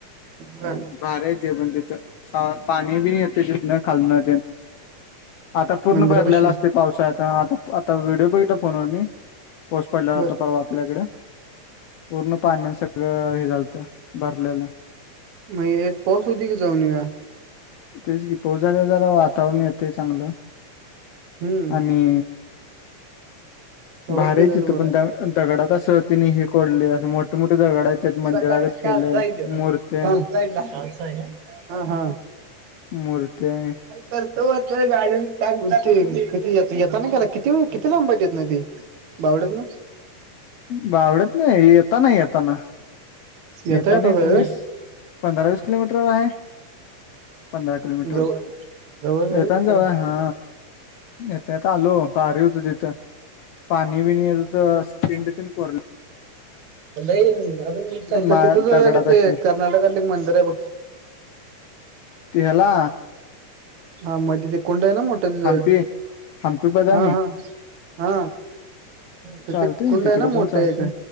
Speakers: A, on the right (about 65°); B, on the left (about 85°).
A: बर
B: भारी आहे ते पण तिथं, पाणी बिणी येत तिथून खाल न आता पूर्ण
A: मंदिरापाशी
B: भरलेला असते पावसाळ्यात, आता आता व्हिडओ बघितला पोरांनी पाऊस पडलेला होता
A: बर
B: परवा आपल्याकडे. पूर्ण पाण्याने सगळं हे झालतं भरलेलं
A: मग एक पाऊस होऊ दे की जाऊन येऊया.
B: तेच की पाऊस झाल्यावर जरा वातावरण येतय चांगलं
A: हम्म
B: आणि
A: तवाच
B: भारी
A: गेलेलं
B: आहे तिथं
A: बरं
B: पण द
A: आहे.
B: दगडात असं तिने हे कोरले असं मोठे मोठे दगड आहेत त्यात मंदिरागत
A: सकाळ
B: केलंय
A: काल चाय ते
B: मूर्त्या आहे
A: काल चा ह हा
B: मूर्तेय
A: तर तो गाडी टाक किती येताना केला किती किती लांबाये ते? बावड्यातन.
B: बावडेत नाही येताना येताना.
A: येता
B: येताना
A: येताच
B: एक
A: हाय होय?
B: वीस पंधरा वीस किलोमीटरवर आहे. पंधरा किलोमीटर
A: जवळ जवळ आहे
B: येताना
A: तिथं
B: जवळ हा. येता येता आलो भारी होत तिथं पाणी बिणी येत हुय अस पिंड तिन कोरले
A: तिथ
B: मा
A: जाऊया
B: दगडात
A: काय ते
B: अशी
A: कर्नाटकात एक मंदिर आहे बघ
B: ते हेला
A: हा मग तिथे कुंड आहे ना मोठं तिथं.
B: हम्पी हम्पी बदामी
A: हा हा हा तिथे
B: चालतय मग
A: कुंड
B: तिकडे
A: आहे ना मोठा
B: पण चालतय
A: एक.